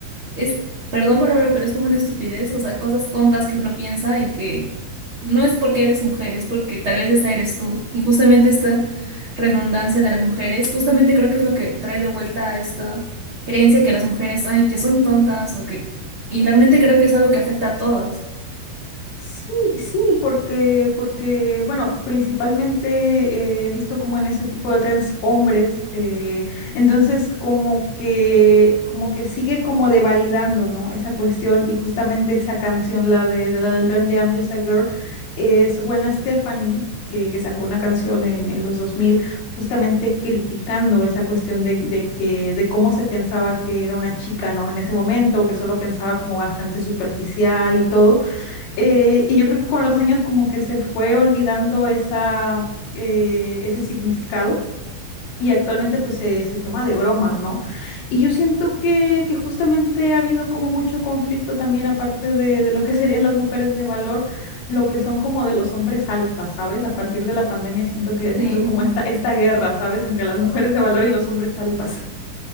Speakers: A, on the right; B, on the left.
A: es, perdón por la verdad, pero es como una estupidez, o sea, cosas tontas que uno piensa y que no es porque eres mujer, es porque tal vez esa eres tú. Y justamente esta redundancia de las mujeres, justamente creo que es lo que trae de vuelta a esta creencia que las mujeres, ay, que son tontas o que... Y realmente creo que es algo que afecta a todas.
B: Sí, sí, porque, porque, bueno, principalmente eh, he visto como en ese tipo de trans hombres, eh, entonces como que, como que sigue como devalidando, ¿no? Esa cuestión y justamente esa canción, la de, de la del tren de I'm Just a Girl, es Gwen Stefani, que, que sacó una canción en, en los 2000 justamente criticando esa cuestión de, de que, de cómo se pensaba que era una chica, ¿no? En ese momento, que solo pensaba como bastante superficial y todo. Eh, y yo creo que con los años como que se fue olvidando esa, eh, ese significado y actualmente pues se, se toma de broma, ¿no? Y yo siento que, que justamente ha habido como mucho conflicto también aparte de, de lo que <laughs> serían las mujeres de valor, lo que son como de los hombres alfa, ¿sabes? A partir de la pandemia siento que ha
A: Sí,
B: sido como esta, esta guerra, ¿sabes? Entre las mujeres de valor y los hombres alfas.